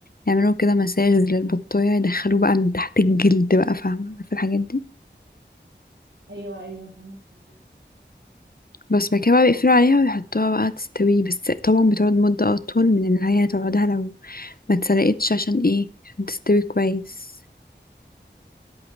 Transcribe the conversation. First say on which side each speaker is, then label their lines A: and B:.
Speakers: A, on the left; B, on the right.
A: يعملوا كده مساج للبطاية يدخلوه بقى من تحت الجلد بقى فاهمة في الحاجات دي
B: ايوه ايوه فاهمه الحوار
A: بس بعد كده بقى بيقفلوا عليها ويحطوها بقى تستوي بس طبعا بتقعد مدة أطول من اللي هي هتقعدها لو ما اتسلقتش عشان ايه عشان تستوي كويس